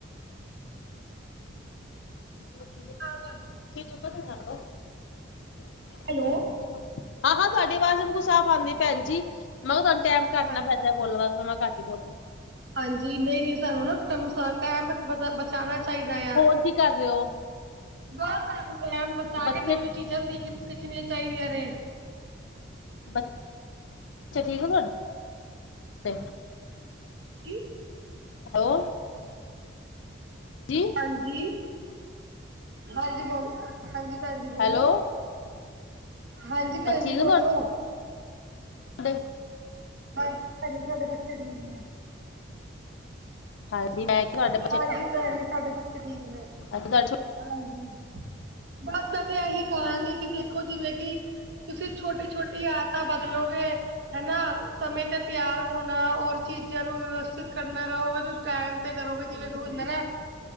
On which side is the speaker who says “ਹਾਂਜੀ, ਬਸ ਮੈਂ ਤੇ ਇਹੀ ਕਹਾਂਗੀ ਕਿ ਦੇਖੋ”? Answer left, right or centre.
Right